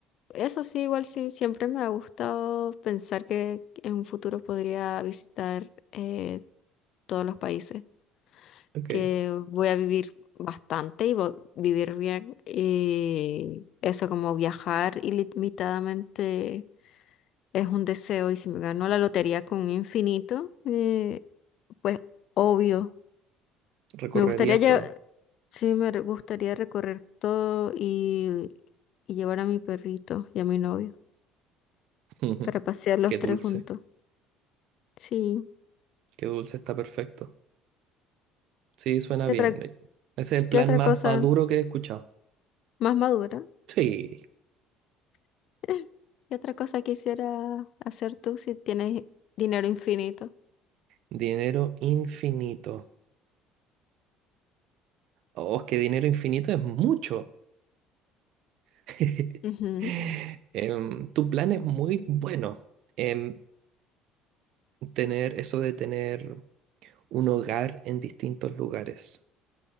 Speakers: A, on the left (about 55°); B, on the right (about 65°).
A: Eso sí, igual sí, siempre me ha gustado pensar que en un futuro podría visitar eh, todos los países,
B: ok.
A: que voy a vivir bastante y vo- vivir bien. Y eso como viajar ilimitadamente es un deseo y si me gano la lotería con infinito, eh, pues obvio.
B: Recorrerías
A: Me gustaría,
B: todo.
A: lle- sí, me re- gustaría recorrer todo y, y llevar a mi perrito y a mi novio
B: <laughs>
A: para pasear los
B: Qué dulce,
A: tres juntos. Sí.
B: qué dulce, está perfecto. Sí, suena
A: ¿Qué
B: bien.
A: otra,
B: eh, Ese es el plan
A: qué otra
B: más
A: cosa
B: maduro que he escuchado.
A: más madura?
B: Sí,
A: <laughs> ¿Qué otra cosa quisiera hacer tú si tienes dinero infinito?
B: dinero infinito. Oh, es que dinero infinito es mucho. <laughs>
A: Ujú,
B: Em, tu plan es muy bueno en tener eso de tener un hogar en distintos lugares.